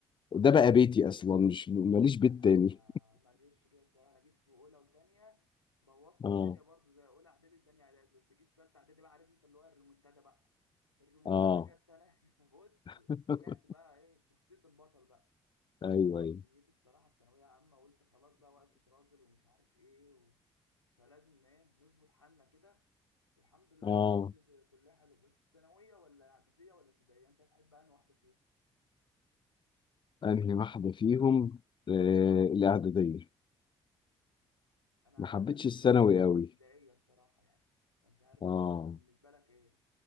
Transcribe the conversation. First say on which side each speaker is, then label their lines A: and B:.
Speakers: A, on the left (about 35°); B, on the left (about 90°).
A: ده بقى بيتي اصلا مش ماليش
B: لا
A: بيت
B: انا
A: تاني
B: ما جيتش كده الصراحه انا جيت في اولى وثانيه بوظت
A: اه
B: الدنيا برضو زي اولى اعدادي وثانيه اعدادي بس جيت في ثالثه اعدادي بقى عارف انت اللي هو الريمونتادا بقى الريمونتادا
A: اه
B: جت انا <laughs> فبص
A: <laughs>
B: رجعت بقى ايه شخصيه البطل بقى
A: ايوه
B: ظبطت
A: ايوه
B: دنيتي الصراحه في ثانويه عامه قلت خلاص بقى وقفت راجل ومش عارف ايه و... فلازم ايه نظبط حالنا كده والحمد لله
A: اه
B: يعني جبت كلها حلو بس ثانويه ولا اعداديه ولا ابتدائيه انت هتحب انهي واحده فيهم
A: انهي واحده فيهم آه الاعداديه
B: انا عن
A: ما حبيتش
B: نفسي
A: الثانوي
B: شايفها
A: قوي
B: الابتدائيه الصراحه يعني فمش عارف
A: اه
B: انت بالنسبه لك ايه